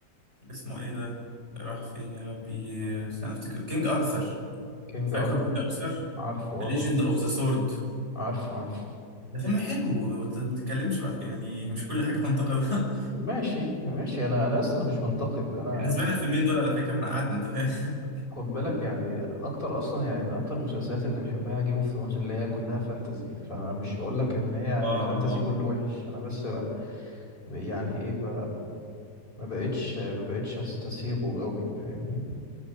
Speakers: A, on the right; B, on the left.
A: اسمه ايه ده راح فين يا ربي آه، استنى افتكر كينج ارثر
B: كينج
A: فاكره
B: ارثر
A: كينج ارثر
B: عارفه
A: ليجند
B: اه
A: اوف ذا سورد
B: عارفه عارفه
A: ده فيلم حلو ما ت- ما تتكلمش بقى يعني مش كل حاجه تنتقدها
B: ماشي ماشي انا انا اصلا مش منتقد انا
A: احنا سمعنا الفيلمين دول على فكرة احنا قعدنا انت فاهم
B: خد بالك يعني اكتر اصلا يعني من اكتر المسلسلات اللي بحبها جيم اوف ثرونز اللي هي كلها فانتزي فانا مش بقول لك ان هي
A: <laughs> اه
B: الفانتزي
A: اه
B: كله وحش انا بس ب- يعني ايه ب... ما بقتش ما بقتش استسيغه قوي فاهمني